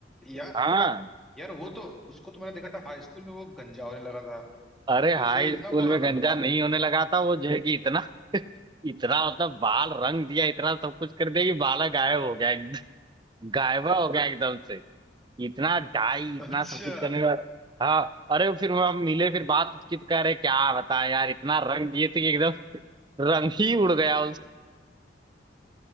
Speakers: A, in the centre; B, on the right (about 25°).
A: यार
B: हाँ
A: यार वो तो उसको तो मैंने देखा था हाई स्कूल में वो गंजा होने लगा था तो
B: अरे हाई
A: इसे इतना
B: स्कूल
A: बार
B: में गंजा नहीं होने लगा था वो जो है कि इतना <laughs> इतना मतलब बाल रंग दिया इतना सब कुछ कर दिया कि बाला गायब हो गया एकदम गायबा हो गया एकदम से इतना डाई इतना
A: अच्छा
B: सब कुछ करने के बाद हाँ अरे फिर वो हम मिले फिर बात की तो कह रहे क्या बताएं यार इतना रंग दिए थे कि एकदम <laughs> रंग ही उड़ गया